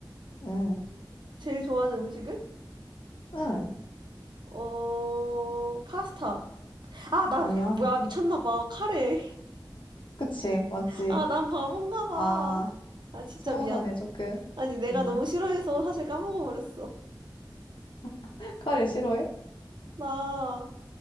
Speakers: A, on the left; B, on the right.
A: 응.
B: 제일 좋아하는 음식을?
A: 응.
B: 어, 파스타. 아, 나,
A: 아니야.
B: 뭐야, 미쳤나 봐. 카레.
A: 그치? 맞지?
B: 아, 난 바본가 봐.
A: 아.
B: 아, 진짜
A: 서운하네,
B: 미안.
A: 조금.
B: 아니, 내가
A: 음.
B: 너무 싫어해서 사실 까먹어버렸어.
A: <laughs> 카레 싫어해?
B: 나,